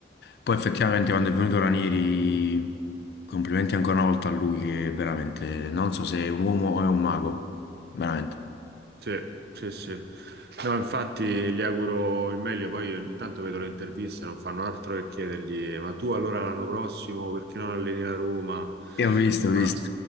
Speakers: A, on the left (about 65°); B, on the right (about 65°).
A: Poi effettivamente quando è venuto Ranieri, complimenti ancora una volta a lui, che veramente non so se è un uomo o è un mago, veramente.
B: Sì, sì, sì. No, infatti gli auguro il meglio, poi io ogni tanto vedo le interviste, non fanno altro che chiedergli, ma tu allora l'anno prossimo perché non alleni la Roma?
A: Io ho visto, ho
B: Ma,
A: visto.